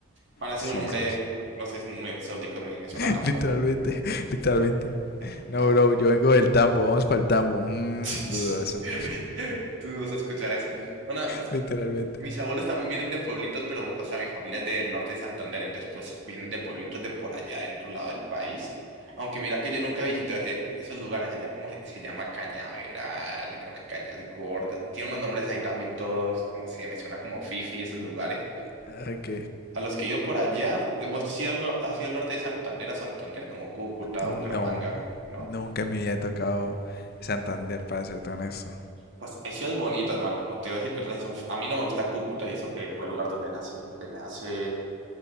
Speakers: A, on the right; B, on the left.
A: Mano, ese
B: Sí,
A: es un nombre,
B: sí, sí.
A: no sé, es muy exótico, me, me suena
B: <laughs>
A: a tambor.
B: literalmente, <laughs> literalmente.
A: El
B: No,
A: tambo.
B: bro, yo vengo del tambo, vamos para el tambo. Mm,
A: <laughs>
B: dudo eso,
A: Tú vas a escuchar eso. Bueno,
B: <laughs> literalmente.
A: Mis abuelos también vienen de pueblitos, pero, o sea, mi familia es del norte de Santander, entonces, pues, vienen de pueblitos de por allá, del otro lado del país. Aunque mira que yo nunca visité eh, esos lugares allá, como se, se llama Cañaveral, creo que Cañas Gordas. Tiene unos nombres ahí también todos, no sé, me suena como Fifi, esos lugares.
B: Ah, Ok.
A: A los que he ido por allá, eh, vos has ido al, no- has ido al norte de Santander, a Santander, como Cúcuta,
B: No,
A: Bucaramanga, ¿no?
B: nunca me había tocado Santander, para serte honesto.
A: Pues hay ciudades bonitas, mano. Te voy a decir que otras sí son... A mí no me gusta Cúcuta y eso que fue el lugar donde nací. Se me hace...